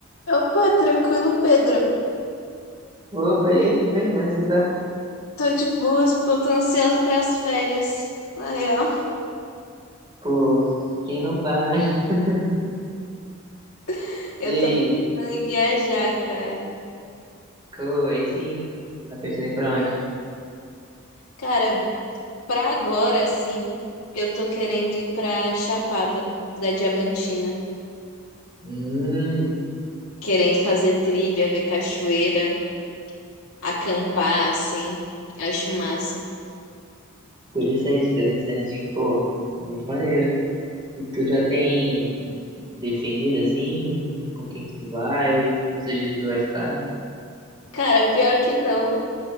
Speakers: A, on the left; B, on the right.
A: Opa, tranquilo, Pedro.
B: Opa, e aí, tudo bem? Como é que você tá?
A: Tô de boas, pô, tô ansiosa pras férias. Na real,
B: Pô, quem não tá, né? <laughs>
A: <laughs> eu
B: E aí,
A: tô pensando em viajar, cara.
B: co, aí sim, tá pensando em ir pra onde?
A: Cara, pra agora, sim, eu tô querendo ir pra Chapada da Diamantina.
B: Hum,
A: Querendo fazer trilha, ver cachoeira, acampar, assim. Acho massa.
B: interessante, interessante. Pô, muito maneiro. E tu já tem definido, assim, com quem que tu vai, quantos dias tu vai ficar?
A: Cara, pior que não.